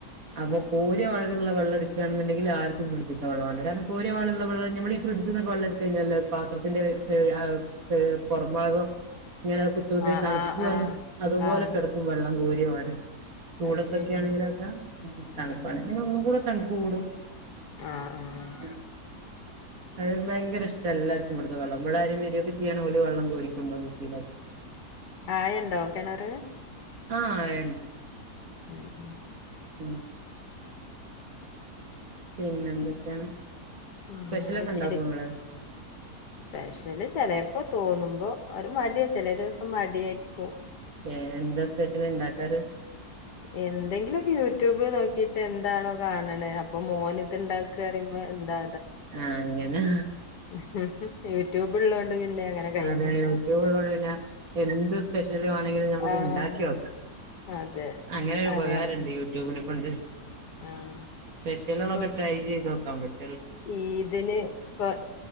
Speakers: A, on the right; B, on the left.
A: അപ്പൊ
B: ആഹ്
A: കൂടിയവായിള്ള വെള്ളം. എടുക്കയാണുണ്ടെങ്കിൽ ആർക്കും ഫ്രിഡ്ജിത്തെ വെള്ളാ വേണ്ട് കാരണം കോരിയ പോലുള്ള വെള്ളം നമ്മൾ ഈ ഫ്രഡ്ജ്ന്നൊക്കെ വെള്ളഎടുത്ത് കഴിഞ്ഞാ പാത്രത്തിന്റെ സ് ഏ ആ ഏ പുറംഭാഗം. ഞാ കുത്തുകുത്ത്
B: ആഹ്
A: തണുപ്പ്
B: ആഹ് ആഹ്
A: വന്ന്
B: ആഹ്
A: അതുപോലെ
B: ആഹ്
A: കെടക്കും വെള്ളം കോരിവാടെ. ചൂടത്തൊക്കെ
B: അത് ശരി
A: ആണെങ്കിലൊക്കെ തണുപ്പാണ്,
B: ആഹ്
A: പിന്നെ ഒന്നും കൂടെ തണുപ്പ് കൂടും.
B: ആഹ് ആഹ്
A: മ് അത് ഭയങ്കര ഇഷ്ട എല്ലാർക്കും ഇവുടെത്തെ വെള്ളം. ഇവിടെ ആരേലും വെറൊയൊക്കെ ചെയ്യാണെ ഓര് വള്ളം കോരികൊണ്ടോവും കുപ്പിയിലാ
B: ആഴണ്ടോ കെണറ്.
A: ആ ആഴണ്ട്.
B: ഉം ഉം.
A: ഉം. പിന്നെ എന്തൊക്കെയാണ്.
B: എന്താചെൽ
A: സ്പെഷ്യലൊക്കെ ഉണ്ടാക്കോ ഇങ്ങള്
B: സ്പെഷ്യല് ചിലപ്പോ തോന്നുമ്പോ. ഒരു മടിയാ ചില ദിവസം മടിയായിരിക്കു.
A: ഏ എന്താ സ്പെഷ്യൽ ഇണ്ടാക്കാറ്
B: എന്തെങ്കിലൊക്കെ യൂട്യൂബ് നോക്കിട്ട് എന്താണോ കാണണെ. ഇപ്പൊ മോന് ഇത് ഉണ്ടാക്ക് പറയുമ്പോ എന്താ?
A: ആ അങ്ങനാ.
B: ഉംഉം, യൂട്യൂബ് ഉള്ളോണ്ട്, പിന്നെ അങ്ങനെ കഴിഞ്ഞു
A: അതെ യൂട്യൂബ്
B: പോവും
A: ഉള്ളോണ്ട് പിന്നെ എന്ത് സ്പെഷ്യൽ വാണെങ്കിലും നമ്മക്ക്
B: ആഹ്
A: ഉണ്ടാക്കി നോക്കാം.
B: അതെ
A: അങ്ങനൊരു ഉപകാരണ്ട്
B: അറിയാത്ത
A: യൂട്യൂബിന്. കൊണ്ട്,
B: ആഹ്
A: സ്പെഷ്യകൊലക്കെ
B: ഇപ്പം
A: ട്രൈ ചെയ്ത് നോക്കാൻ പറ്റും.
B: ഈദിന്, കൊ